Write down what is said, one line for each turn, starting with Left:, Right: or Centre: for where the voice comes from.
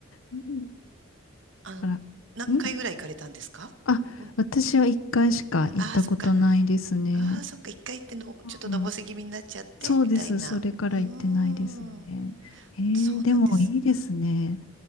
Left: うん
Right: あの、
Left: あら、
Right: 何回ぐらい行かれたんですかもう
Left: んあ、私は一回しか行ったことないですね。
Right: ああ、そっか。ああ、そっか。一回行っての、ちょっとのぼせ気味になっちゃって、
Left: うんそうです。
Right: みたいな。
Left: それから行ってないですね。
Right: うーん。
Left: えー、
Right: そうなんです。
Left: でもいいですね。